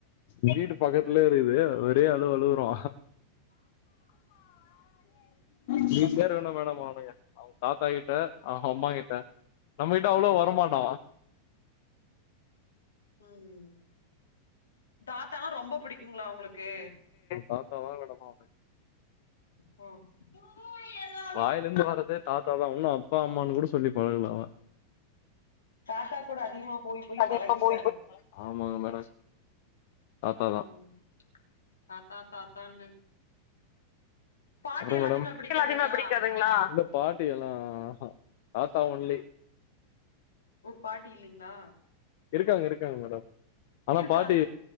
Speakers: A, on the left; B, on the left.
A: வீட்டு பக்கத்துலே இருக்குது ஒரே அழுவு அழுவுரோ வீட்லே இருக்கனும் மேடம் அவுனுங்க அவன் தாத்தா கிட்ட அவன் அம்மா கிட்ட நம்மகிட்ட அவ்ளோ வரமாட்டா
B: ம் ம் தாத்தால்லாம் ரொம்ப புடிக்குங்களா உங்களுக்கு
A: தாத்தா தான் மேடம் அவுங்க
B: ம்
A: வாயில இருந்து வர்றதே தாத்தாதா உண்ணு அப்பா அம்மான்னு கூட சொல்லி பழகல அவன்
B: தாத்தா கூட அதிகமா போய் போய்
A: அது
B: பழகிட்டாரு
A: இப்ப போய் போய் ஆமாங்க மேடம் தாத்தாதா
B: ம் தத்தா தாத்தான்னு பாட்டி
A: அப்பறம்
B: எல்லா
A: மேடம்
B: அதிகமா பிடிக்காதுங்களா
A: <unintelligible> அ பாட்டி எல்லா தத்தா ஒன்லி
B: ஒரு பாட்டி இல்லைங்களா
A: இருக்காங்க இருக்காங்க மேடம் ஆனா
B: இருக்காங்க
A: பாட்டி